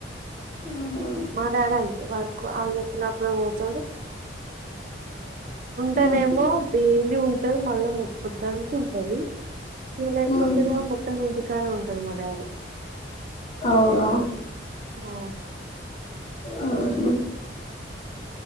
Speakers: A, on the left (about 35°); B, on the right (about 45°).
A: ఆహా
B: మా డాడీ అంతే వర్కు వాళ్ళు చెప్పినప్పుడే పోతాడు ఉంటేనేమో
A: ఉహు
B: డైలీ ఉన్ టది మళ్ళ మొ ప్పుత్తానికి ఉంటంది ఇక లేకపోతేనేమో
A: ఉమ్
B: <inaudible> ఇంటికానే ఉంటది మా డాడీ
A: అవునా
B: ఆ
A: మ్ హు